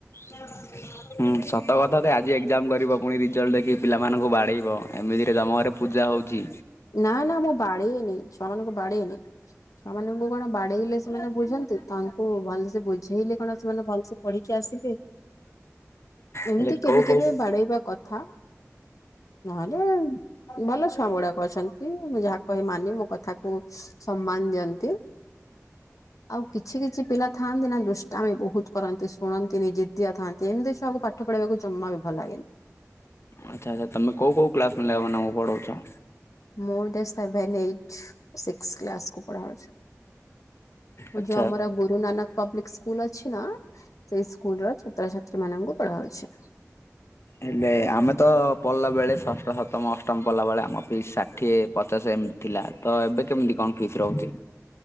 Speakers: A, on the left; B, on the left.
A: ନ <unintelligible> ହୁଁ ସତ କଥା ତ ଆଜି ଏକ୍ଜାମ କରିବ ପୁଣି ରିଜଲ୍ଟ ଦେଖି ପିଲାମାନଙ୍କୁ ବାଡେଇବ ଏମିତିରେ ତମ ଘରେ। ପୂଜା ହଉଚି।
B: ନା ନା ମୁଁ ବାଡେଇନି ଛୁଆମାନଙ୍କୁ ବାଡେଇନି। ଛୁଆ ମାନଙ୍କୁ କଣ ବାଡେଇଲେ ସେମାନେ ବୁଝନ୍ତି ତାଙ୍କୁ ଭଲସେ ବୁଝେଇଲେ କଣ ସେମାନେ ଭଲସେ। ପଢିକି ଆସିବେ। ଏମିତି
A: ହେଲେ
B: କେବେ
A: କୋଉ କୋଉ
B: କେବେ ବାଡେଇବା କଥା ନହେଲେ ଭଲ ଛୁଆ ଗୁଡା ଅଛନ୍ତି ମୁଁ ଯାହା କହେ ମାନି ମୋ କଥାକୁ ସମ୍ମାନ ଦିଅନ୍ତି। ଆଉ କିଛି କିଛି ପିଲା ଥାଆନ୍ତି ନା ଦୁଷ୍ଟାମି ବହୁତ କରନ୍ତି ଶୁଣନ୍ତିନି ଜିଦିଆ ଥା ଏମିତି ଛୁଆକୁ ପାଠ ପଢେଇବାକୁ ଜମା ବି ଭଲ ଲାଗେନି।
A: ଆଚ୍ଛା ଆଚ୍ଛା ତମେ କଉ କଉ କ୍ଲାସ ପିଲା ମାନଙ୍କୁ ପଢ଼ଉଛ?
B: ମୁଁ ଏଇଟା ସେଭେନ, ଏଇଟ, ସିକ୍ସ କ୍ଲାସ କୁ ପଢାଉଛି।
A: ଆଚ୍ଛା
B: ଯୋଉ ଆମର ଗୁରୁ ନାନକ ପବ୍ଲିକ ସ୍କୁଲ ଅଛି ନା। ସେଇ ସ୍କୁଲର ଛାତ୍ରଛାତ୍ରୀ ମାନଙ୍କୁ ପଢାଉଛି।
A: ହେଲେ ଆମେ ତ ପଢିଲା ବେଳେ ଷଷ୍ଠ, ସପ୍ତମ, ଅଷ୍ଟମ ପଢ଼ିଲା ବେଳେ ଆମ ପାଈଁ ଷାଠିଏ। ପଚାଶ ଏମିତି ଥିଲା ତ ଏବେ କେମିତି କଣ ଫିସ୍ ରହୁଛି?